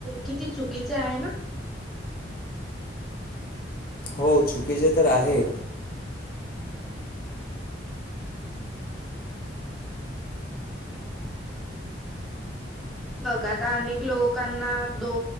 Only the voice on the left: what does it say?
हो चुकीचे तर आहे